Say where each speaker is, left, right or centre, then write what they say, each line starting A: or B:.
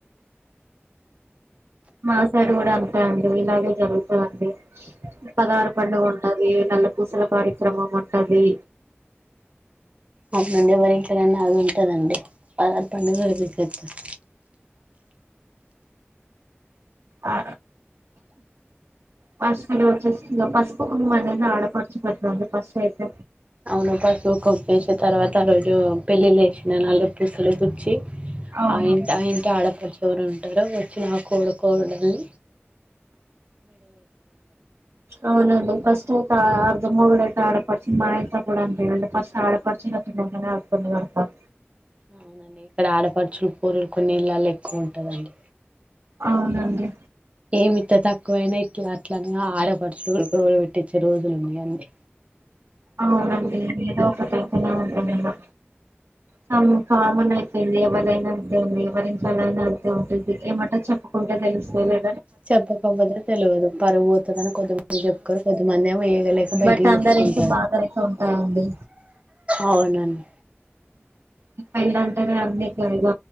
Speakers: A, on the right (about 70°); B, on the right (about 30°).
A: మా సైడ్ కూడా అంతే అండి ఇలాగే జరుగుతదండి పదహారు పండుగ ఉంటది నల్ల పూసల కార్యక్రమం ఉంటది
B: అవు నుండి ఎవరి ఇంట్లోనన్న అది ఉంటదండి పదహార్ పండుగ <unintelligible>
A: ఆ పసుపులో వచ్చేసి ఇక పసుపు కుమ్మండి ఆడపరచు పెతుంది పసుపు అయితే
B: అవును పసుపువు కుప్పేసి తర్వాత ఆ రోజు పెళ్ళి లే వేసిన నల్ల పూసులు గుచ్చి
A: అవును
B: ఆ ఆ ఇంటి ఆడపడు ఎవరు ఉంటారో వచ్చి నా కోడుకోడల్ని
A: అవునండి ఫస్ట్ యిత అర్ధ మొగుడు ఆట ఆడ పడుచు మా ఇంట్లో కూడా అంతే అండి ఫస్ట్ ఆడపడుచు <unintelligible>
B: అవునండి ఇక్కడ ఆడపడుచులు పోరలు కొన్ని ఇళ్ళల్లో ఎక్కువ ఉంటదండి
A: అవునండి
B: ఏమింత తక్కువైనా ఇట్లా అట్ల అని ఆడపడుచుడు రోలు పెట్టించే రోజులు ఉన్నాయి అండి
A: అవునండి ఏదో ఒకటి అయితానే ఉంటాయి ఇగ సమ్ కామన్ అయిపోయింది ఎవరదైనా అంతే అండి ఎవర్ ఇంట్లో నైనా అంతే ఉంటది ఏమంటె చెప్పకుంటే తెలుస్తలే
B: చెప్పకపోద తెల్వదు పరువు పోతదని కొద్దిమంది చెప్పుకోరు కొద్దిమంది ఏమి వేయగలేక బయటికి
A: బట్ అందరి
B: చెప్పుకుంట
A: ఇంట్లో బాధలు అయితే ఉంటాయండి
B: అవునండి
A: ఉ పెళ్ళ అంటేనే అన్నీ ఇట్ల ఇగ